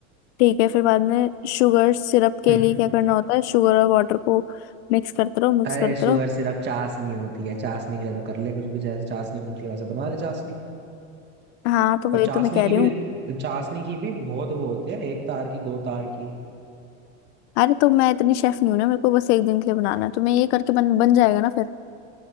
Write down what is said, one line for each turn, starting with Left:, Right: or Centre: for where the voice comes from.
Left: ठीक है फिर बाद में शुगर सिरप के
Right: हाँ
Left: लिए क्या करना होता है शुगर और वाटर को मिक्स करते रहो मिक्स
Right: अरे
Left: करते
Right: शुगर
Left: रहो
Right: सिर्फ चाशनी होती है चाशनी के लिए तो कर ले कुछ भी जैसे चाशनी मिलती है वैसे बना ले चाशनी
Left: हाँ तो वही
Right: और चाशनी
Left: तो मैं कह
Right: की
Left: रही
Right: भी
Left: हूँ
Right: चाशनी की भी बहुत वो होते हैं एक तार की दो तार की
Left: अरे तो मैं इतनी शेफ नहीं हूँ ना मेरे को बस एक दिन के लिए बनाना है तो मैं ये करके बन बन जाएगा ना फिर